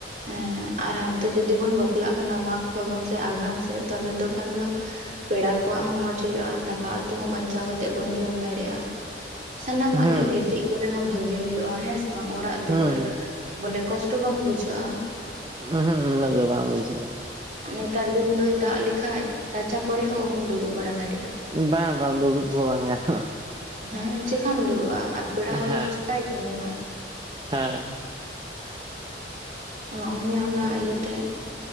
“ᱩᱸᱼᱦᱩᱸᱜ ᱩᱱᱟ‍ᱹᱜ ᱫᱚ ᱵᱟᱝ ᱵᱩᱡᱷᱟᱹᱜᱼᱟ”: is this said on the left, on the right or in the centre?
Right